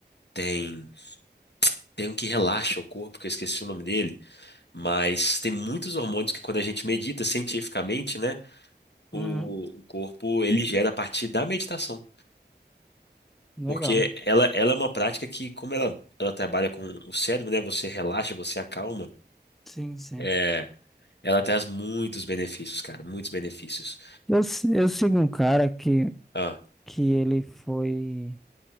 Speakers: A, on the left (about 70°); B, in the centre.
A: tem, tem um que relaxa o corpo, que eu esqueci o nome dele, mas tem muitos hormônios que quando a gente medita cientificamente, né, o,
B: Uhum.
A: o corpo ele gera a partir da meditação.
B: Legal.
A: Porque ela, ela é uma prática que, como ela, ela trabalha com o cérebro, né, você relaxa, você acalma,
B: Sim, sim.
A: é, ela traz muitos benefícios, cara, muitos benefícios.
B: Eu, se- eu sigo um cara que,
A: Ah,
B: que ele foi,